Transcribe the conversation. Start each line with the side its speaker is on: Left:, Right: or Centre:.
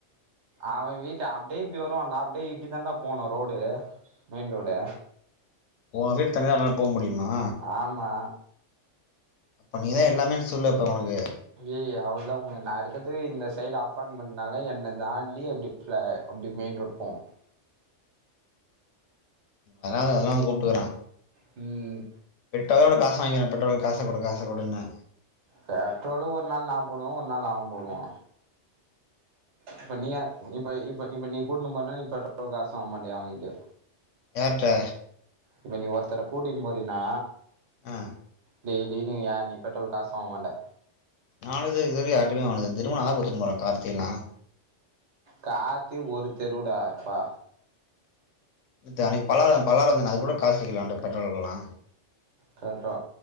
Right: அவ வீட்டு அப்டியே இப்டி வருவான்டா அப்படியே இப்டிதான்டா போணு ரோடு மெயின் ரோடு
Left: ஓ வீட்ட தாண்டிதா அவ போக முடியுமா
Right: ஆமா
Left: அப்ப நீதா எல்லாமேன் சொல்லு அப்ப அவனுக்கு
Right: ஏய் அவ்ளதா உனக்கு நா இருக்கது இந்த சைடு அப்பார்ட்மெண்ட்னால என்ன தாண்டி இப்டி ட்ற அப்டி மெயின் ரோட் போவா
Left: அதாவ்து அதெல்லா வந்து கூப்ட்டுக்குறா
Right: ம்
Left: விட்டதோட காச வாங்கிறா பெட்ரோலுக்கு காச குடு காச குடுன்னு
Right: பெட்ரோலு ஒரு நாள் நா போடுவே ஒரு நாள் அவ போடுவா இப்ப நீ யா இப்ப இப்ப இப்ப நீ கூட்னும் போனா நீ பெட்ரோல்க்கு காசு வாங்க மாட்டியா அவங்கிட்டயு
Left: யார்ட்ட
Right: இப்ப நீ ஒருத்தர கூட்டினு போறினா
Left: ஆ
Right: டெய்லி நீ யார் நீ பெட்ரோல்க்கு காசு வாங்க மாட்ட
Left: நா இது இதுவரைக்கு யார்ட்டயுமே வாங்குனது இல்ல திரும்ப நா தா கூட்டுனு போறே கார்த்தியலா
Right: கார்த்தி ஒரு தெருவுடா எப்பா
Left: இது அன்னைக்கு பல்லாவர பல்லாவர வந்தனே அதுக்கு கூட காசு கேக்கல அவன்ட்ட பெட்ரோலுக்குலா
Right: காக்கா